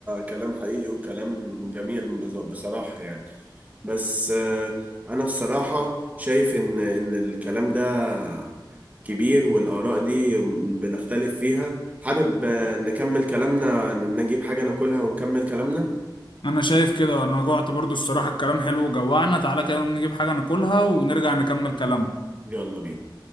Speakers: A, on the right; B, on the left.
A: كلام حقيقي وكلام جميل بز- بصراحة يعني بس آه، انا الصراحة شايف ان ان الكلام ده كبير والاراء دي بنختلف فيها حابب آه، نكمل كلامنا نجيب حاجة ناكلها ونكمل كلامنا
B: انا شايف كده انا جوعت برضو الصراحة الكلام حلو وجوعنا تعالى كده نجيب حاجة ناكلها ونرجع نكمل كلامنا
A: يلا بينا